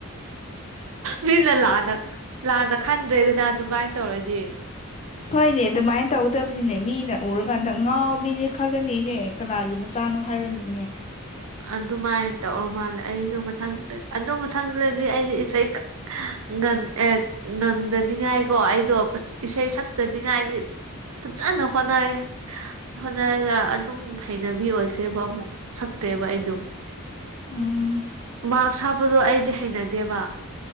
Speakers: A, on the right; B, on the left.
A: ꯃꯤꯅ ꯂꯥꯟꯅ ꯂꯥꯟꯅ ꯈꯟꯗ꯭ꯔꯦꯗꯅ ꯑꯗꯨꯃꯥꯏꯅ ꯇꯧꯔꯗꯤ
B: ꯍꯣꯏꯅꯦ ꯑꯗꯨꯃꯥꯏꯅ ꯇꯧꯒꯗꯕꯅꯤꯅꯦ ꯃꯤꯅ ꯎꯔꯀꯥꯟꯗ ꯑꯉꯥꯎꯕꯤꯅꯦ ꯈꯜꯂꯅꯤꯅꯦ ꯀꯅꯥꯒꯤ ꯃꯆꯥꯅꯣ ꯍꯥꯏꯔꯅꯤꯅꯦ
A: ꯑꯗꯨꯃꯥꯏꯅ ꯇꯧꯕ ꯃꯥꯜꯂꯦ ꯑꯩꯁꯨ ꯃꯊꯪ ꯑꯗꯨ ꯃꯊꯪꯗꯗꯤ ꯑꯩꯗꯤ ꯏꯁꯩ ꯉꯟ ꯑꯦ ꯉꯪꯗꯅꯤꯉꯥꯏ ꯀꯣ ꯑꯩꯗꯣ ꯏꯁꯩ ꯁꯛꯇꯅꯤꯡꯉꯥꯏꯗꯤ ꯐꯖꯅ ꯍꯣꯠꯅꯔꯦ ꯍꯣꯠꯅꯔꯒ ꯑꯗꯨꯝ ꯍꯩꯅꯕꯤ ꯑꯣꯏꯈ꯭ꯔꯦꯕ ꯑꯃꯨꯛ ꯇꯦꯕ ꯑꯩꯗꯣ
B: ꯎꯝ
A: ꯃꯥꯛ꯭ꯁ ꯍꯥꯞꯄꯗꯣ ꯑꯩꯗꯤ ꯍꯩꯅꯗꯦꯕ